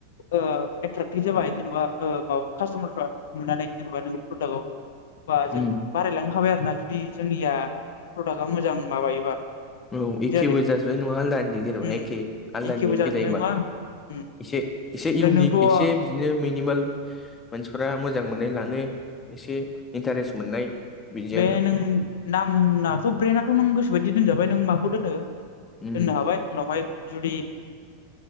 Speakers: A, on the left; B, on the left.
A: ओ एट्राकटिभ जाबाय जेन'बा ओ माबा कास्ट'मारफ्रा। नुनानै जेनेबा नोंनि प्रडाकखौ। बा
B: उम
A: जों बारायलांनो हाबाय आरोना जुदि जोंनिया प्रडाक्आ मोजां माबायोबा।
B: औ एखेबो
A: बिदि आरो
B: जाजोबबाय नङा आलदानि जेनेबा
A: उम
B: एखे आलदानि
A: एखेबो
B: एखे
A: जाजोबनाय
B: जायोबा।
A: नङा उम
B: एसे एसे
A: ओमफ्राय
B: इउनिक
A: नोंथ' औ
B: एसे बिदिनो मिनिमाल मानसि फोरा मोजां मोननाय लानो एसे इन्टारेस्ट मोननाय। बिदि
A: बे
B: आरो
A: नों नामआथ' ब्रेथ' नों गोसोबायदि दोनजाबाय नों माखौ दोनो।
B: उम
A: दोननो हाबाय उनावहाय जुदि।